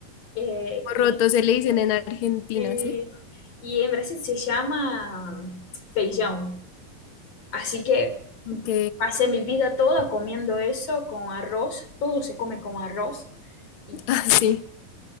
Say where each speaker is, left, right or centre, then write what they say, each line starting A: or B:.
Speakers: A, on the left (about 45°); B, on the left (about 85°).
A: Eh, y,
B: roto se le dicen en Argentina,
A: este-
B: ¿sí?
A: y en Brasil se llama mm, feijão, así que
B: Ok,
A: pasé mi vida toda comiendo eso con arroz, todo se come con arroz, y,
B: <laughs>
A: y
B: así,